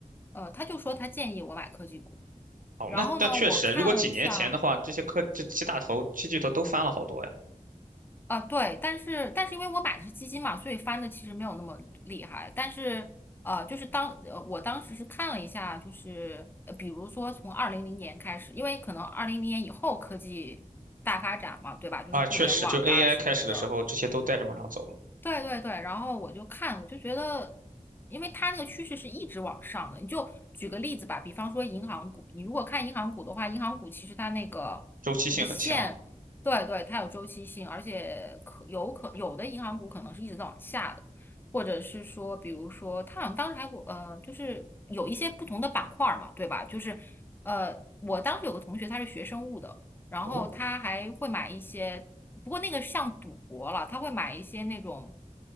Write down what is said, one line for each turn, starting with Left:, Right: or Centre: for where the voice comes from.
Left: 呃，他就说他建议我买科技股，
Right: 哦，
Left: 然后呢，
Right: 那那确实，
Left: 我看了一下，
Right: 如果几年前的话，这些科这七大头、七巨头都翻了好多呀。
Left: 啊，对，但是但是因为我买的是基金嘛，所以翻的其实没有那么厉害。但是呃，就是当呃我当时是看了一下，就是呃比如说从二零零年开始，因为可能二零零年以后科技大发展嘛，对吧？就是互联网啊什么的，
Right: 啊，确实，就 AI 开始的时候，这些都带着往上走了，
Left: 对对对，然后我就看，我就觉得，因为它那个趋势是一直往上的。你就举个例子吧，比方说银行股，你如果看银行股的话，银行股其实它那个那个线，
Right: 周期性很强。
Left: 对对，它有周期性，而且可有可有的银行股可能是一直在往下的，或者是说，比如说，它好像当时还有呃，就是有一些不同的板块儿嘛，对吧？就是呃，我当时有个同学他是学生物的。然后他还会买一些，
Right: 哦，
Left: 不过那个像赌博了，他会买一些那种